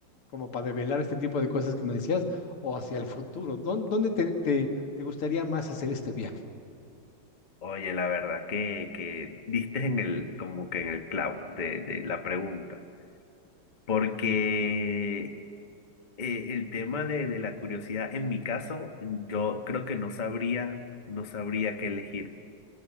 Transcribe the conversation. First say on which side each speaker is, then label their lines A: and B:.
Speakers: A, on the left; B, on the left.
A: como para develar este tipo de cosas que me decías, o hacia el futuro? ¿Dónde, dónde te, te- te gustaría más hacer este viaje?
B: Oye, la verdad que, que diste en el, como que en el clavo de, de la pregunta, porque eh, el tema de, de la curiosidad, en mi caso, yo creo que no sabría, no sabría qué elegir,